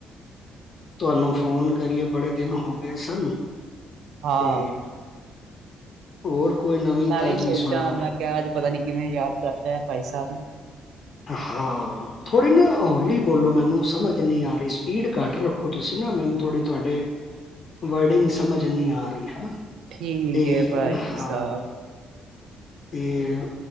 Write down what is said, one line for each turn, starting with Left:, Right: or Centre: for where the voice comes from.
Left: ਤੁਹਾਨੂੰ ਫੋਨ ਕਰੀਏ ਬੜੇ ਦਿਨ ਹੋ ਗਏ ਸਨ।
Right: ਹਾਂ,
Left: ਤੇ ਹੋਰ ਕੋਈ ਨਵੀਂ
Right: ਮੈਂ
Left: ਤਾਜ਼ੀ
Right: ਵੀ ਸੋਚਾਂ
Left: ਸੁਣਾਓ?
Right: ਮੈਂ ਕਿਹਾ ਅੱਜ ਪਤਾ ਨੀ ਕਿਵੇਂ ਯਾਦ ਕਰ ਲੈਆ ਭਾਈ ਸਾਹਿਬ।
Left: ਹਾਂ। ਥੋੜ੍ਹੀ ਨਾ ਹੋਲੀ ਬੋਲੋ ਮੈਨੂੰ ਸਮਝ ਨਹੀਂ ਆ ਰਹੀ ਸਪੀਡ ਘੱਟ ਰੱਖੋ ਤੁਸੀਂ ਨਾ ਮੈਨੂੰ ਥੋੜੀ ਤੁਹਾਡੇ ਵਰਡਿੰਗ ਸਮਝ ਨਹੀਂ ਆ ਰਹੀ ਹਨਾ।
Right: ਠੀਕ
Left: ਤੇ
Right: ਹੈ ਭਾਈ
Left: ਹਾਂ।
Right: ਸਾਹਿਬ,
Left: ਅਤੇ